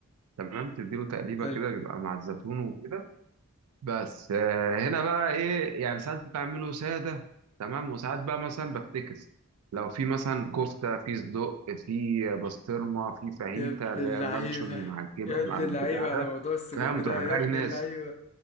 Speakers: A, on the right; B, on the left.
A: تمام تديله تقليبه
B: حلو
A: كده بيبقى مع الزيتون وكده بس آه، هنا بقى ايه يعني ساعات بعمله ساده تمام وساعات بقى مثلا بفتكس لو في مثلا كفته في صدق في بسطرمه في فاهيتا
B: يا ابن
A: اللي
B: اللعيبة
A: هي اللانشون مع الجبن
B: يا ابن
A: مع البتاع
B: اللعيبة
A: ده
B: على موضوع السجق
A: فاهم
B: ده
A: تروح جاي
B: يا ابن
A: ناس
B: اللعيبة